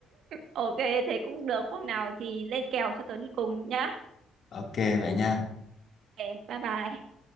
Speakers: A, on the right; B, on the left.
A: Ok thế cũng được hôm nào thì lên kèo cho tớ đi cùng nhá.
B: Ok vậy nha.
A: Ok, bye bye.